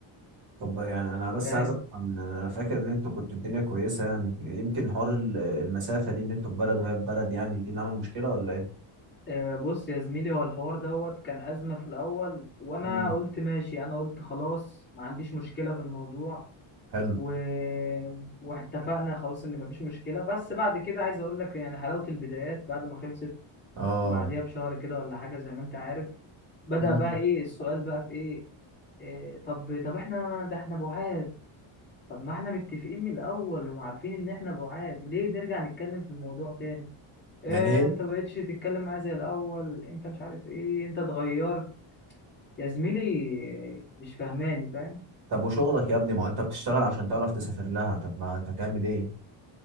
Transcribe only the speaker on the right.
طب يعني انا بس
عايز افهم انا فاكر ان انتوا كنتوا الدنيا كويسه يعني يمكن حوار ال- المسافه دي ان انتوا في بلد وهي في بلد يعني دي اللي عمل مشكله ولا ايه
امم
حلو
اه
امم
يعني هي
طب وشغلك يا ابني ما هو انت بتشتغل عشان تعرف تسافر لها طب ما انت تعمل ايه